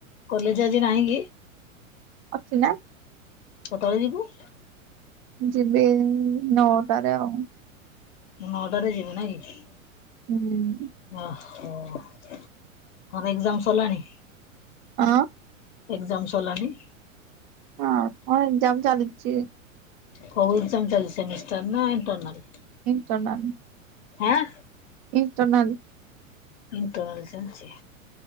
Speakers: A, on the left; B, on the right.
A: କଲେଜ ଆଜି ନାହିଁ କି?
B: ଅଛି ନା
A: କତେବେଳେ ଯିବୁ?
B: ଯିବି ଏଇ ନଅଟାରେ ଆଉ
A: ନଅଟା ରେ ଯିବୁ ନା କି?
B: ହୁଁ
A: ଓହୋ ତମର ଏକଯାମ ସରିଲାଣି?
B: ହଁ
A: ଏକଯାମ ସରିଲାଣି କି?
B: ହଁ ହଁ ଏକ୍ଜାମ ଚାଲିଚି।
A: ହଉ ଏକ୍ଜାାମ ଚାଲି ସେମିଷ୍ଟର ନା ଏଣ୍ଟରନାଲ୍‌?
B: ଇଣ୍ଟରନାଲ।
A: ଆଁ।
B: ଇଣ୍ଟରନାଲ।
A: ଇଣ୍ଟରନାଲ ଚାଲିଛି।